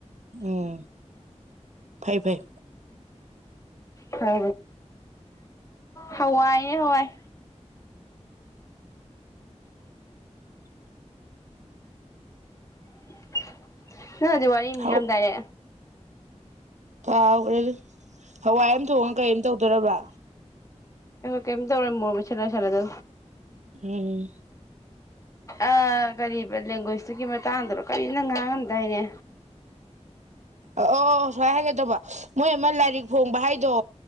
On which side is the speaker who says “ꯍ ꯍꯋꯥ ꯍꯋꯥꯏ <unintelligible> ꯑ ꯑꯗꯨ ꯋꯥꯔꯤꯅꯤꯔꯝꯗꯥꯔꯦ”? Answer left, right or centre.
Left